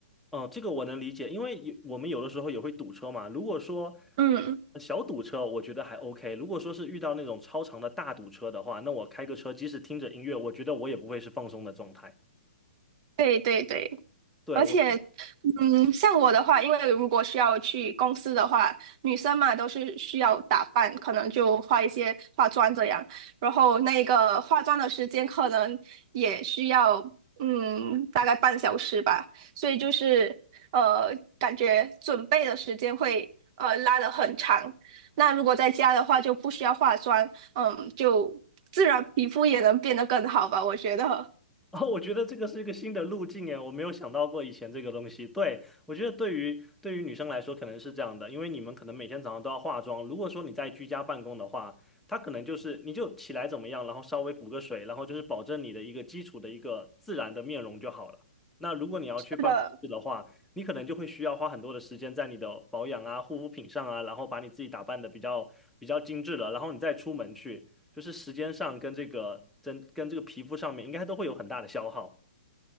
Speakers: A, in the centre; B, on the right.
A: 嗯，这个我能理解，因为有我们有的时候也会堵车嘛。如果说
B: 嗯，
A: 呃小堵车，我觉得还 OK；如果说是遇到那种超长的大堵车的话，那我开个车，即使听着音乐，我觉得我也不会是放松的状态。
B: 对对对，
A: 对，
B: 而且
A: 我
B: 嗯，像我的话，因为如果是要去公司的话，女生嘛都是需要打扮，可能就化一些化妆这样。然后那个化妆的时间可能也需要，嗯，大概半小时吧。所以就是呃，感觉准备的时间会呃拉得很长。那如果在家的话，就不需要化妆，嗯，就自然皮肤也能变得更好吧，我觉得。
A: 哦，我觉得这个是一个新的路径耶，我没有想到过以前这个东西。对，我觉得对于对于女生来说可能是这样的，因为你们可能每天早上都要化妆。如果说你在居家办公的话，它可能就是你就起来怎么样，然后稍微补个水，然后就是保证你的一个基础的一个自然的面容就好了。那如果你要去办公室的话，
B: <laughs> 是的，
A: 你可能就会需要花很多的时间在你的保养啊、护肤品上啊，然后把你自己打扮的比较比较精致了，然后你再出门去。就是时间上跟这个跟跟这个皮肤上面应该都会有很大的消耗。